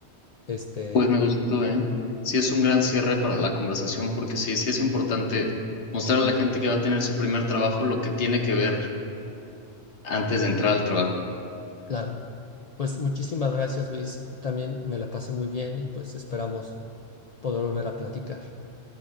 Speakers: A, on the left; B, on the left.
A: Este,
B: Pues me gustó, ¿eh? Sí, es un gran cierre para la conversación porque sí, sí es importante mostrar a la gente que va a tener su primer trabajo lo que tiene que ver antes de entrar al trabajo.
A: claro. Pues muchísimas gracias, Luis. También me la pasé muy bien y pues esperamos poder volver a platicar.